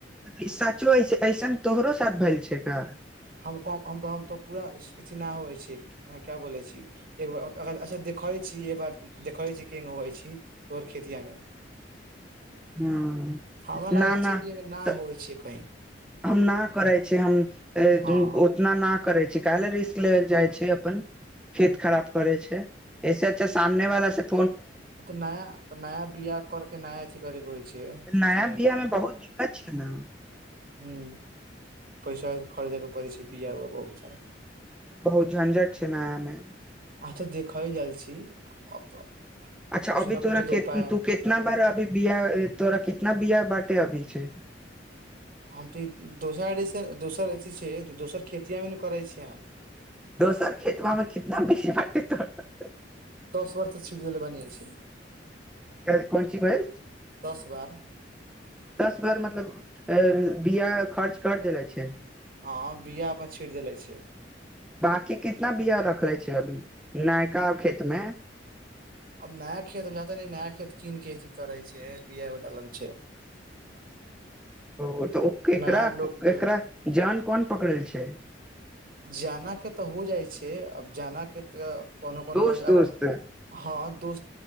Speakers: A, in the centre; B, on the right (about 50°).
A: ई साचो ऐ ऐसन तोहरो साथ भेल छै न
B: हम क हम त हम त पूरा अथि नहि होइ छी अहां क्या बोले छी एक बा अ अगर अच्छा देख खय छी देखै छी ए बार देखै छी तोर खेतिया मे
A: हँ
B: हमरा
A: न
B: लगै
A: न
B: छै कि अगर ना
A: तऽ
B: होइ छै कहीं
A: हम न करै छी हम अ ए
B: हँ
A: उतना न करै छै काहेला रिस्क लेवेल जाइ छै अपन खेत खराब करै छै ऐसे अच्छा सामने वाला सब
B: ओ तऽ नया तऽ नया बिया करके नया एथि करे के होइ छै
A: तऽ
B: खेती
A: नया बियामे बहुत दिक्कत छियै ने
B: हुँ पैसा खरीदे के परड़ै छै बीया हुआ बहुत सारा
A: बहुत झंझट छै नयामे
B: अ तऽ देख‌इ जाइ छी तऽ
A: अच्छा
B: कुछ
A: अभी
B: ने
A: तोरा
B: कुछ तऽ
A: केत
B: उपाय
A: तू कितना बार अभी बिया तोरा ना बिया बाटे आबै छै
B: हम तऽ ई दोसर आरी से दोसर असि से त दोसर खेतियामे नु करै छियै हम
A: दोसर खेतबामे कितना बीज बाटे तोड़
B: त छिट देलै बानी छै
A: काल्हि कोन ची भैइल
B: वाह
A: दस बार मतलब अ बिया खर्च कर देले छै
B: हँ बिया अपन छीट देले छै
A: बाकी कितना बिया रखले छै अभी नयका खेतमे
B: आब नया खेत जतय न नया खेत कीन के अथी करै छै बिया डालम छै <inaudible>
A: ओ तऽ ओ केकरा
B: नया लोग
A: केकरा
B: के
A: जान कोन पकड़ल छै
B: जाना के तऽ हो जाइ छै अब जाना के तऽ कोनो कोनोमे
A: दोस्त दोस्त
B: अगर हँ दु